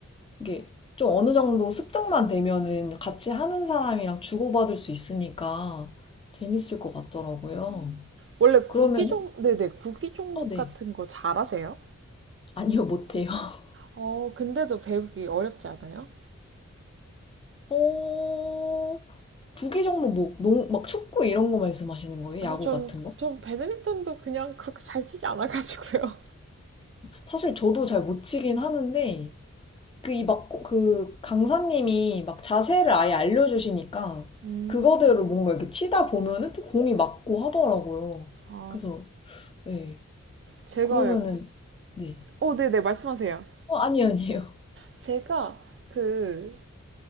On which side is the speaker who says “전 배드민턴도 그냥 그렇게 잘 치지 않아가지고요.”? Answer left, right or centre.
Right